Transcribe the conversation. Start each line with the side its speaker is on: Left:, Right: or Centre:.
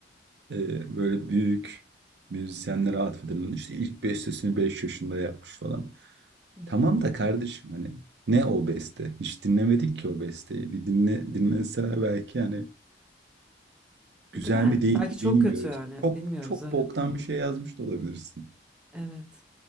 Right: e, böyle büyük müzisyenlere atfedilen işte ilk bestesini 5 yaşında yapmış falan.
Centre: hı hı.
Right: Tamam da kardeşim hani ne o beste? Hiç dinlemedik ki o besteyi. Bir dinle dinleseler belki yani güzel
Centre: Değil mi?
Right: mi değil
Centre: Belki
Right: mi
Centre: çok
Right: bilmiyoruz.
Centre: kötü yani.
Right: Çok
Centre: Bilmiyoruz
Right: çok
Centre: evet.
Right: boktan bir şey yazmış da olabilirsin.
Centre: Evet.